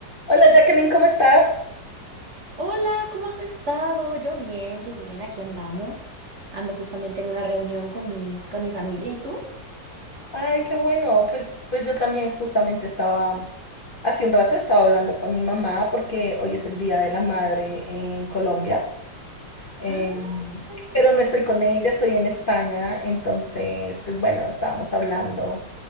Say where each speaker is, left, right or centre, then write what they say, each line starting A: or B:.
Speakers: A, on the left; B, on the right.
A: Hola Jacqueline, ¿cómo estás?
B: Hola, ¿cómo has estado? Yo bien, yo bien, aquí andamos. Ando justamente en una reunión con mi, con mi familia. ¿Y tú?
A: Ay, qué bueno. Pues, pues yo también justamente estaba, hace un rato estaba hablando con mi mamá porque hoy es el Día de la Madre en Colombia, eh,
B: Ah, mira.
A: pero no estoy con ella, estoy en España, entonces, pues bueno, estábamos hablando,